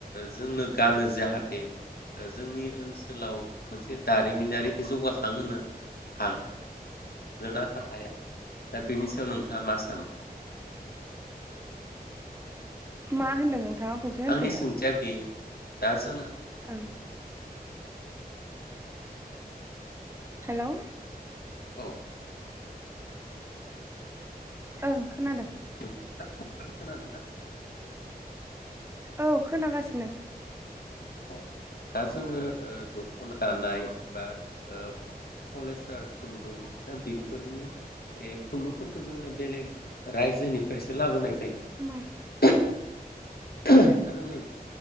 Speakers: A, on the left; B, on the right.
A: जोंनो गानो जाहाथ <unintelligible> जोंनि ओनसोलाव मोनसे दारिमिनारि जौगाखांहोनो हाग हागोन ना हाया दा बेनि सायाव नोंथाङा मा सानो
B: मा होनदों <unintelligible> होनफिनलाय
A: आंनि सोंथिया बेयो दा जोङो
B: ओं हेलौ
A: औ
B: ओं खोनादों
A: <unintelligible> खोनादो ना
B: औ खोनागासिनो
A: अ दा जोङो ओ दख'ना दानाय बा ओ पलिस्टार खुन्दुं दा बेफोर फोरनि बे खुन्दुंफोरखौ जोङो बेलेग रायजोनिफ्रायसो लाबोनाय जायो
B: मा
A: दा जोङो